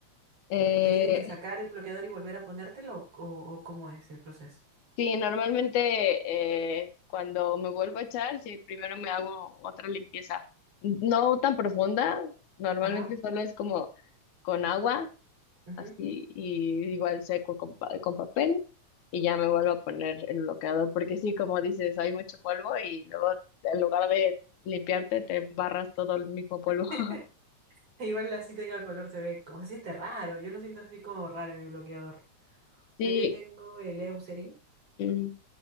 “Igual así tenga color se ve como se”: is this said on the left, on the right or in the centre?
Right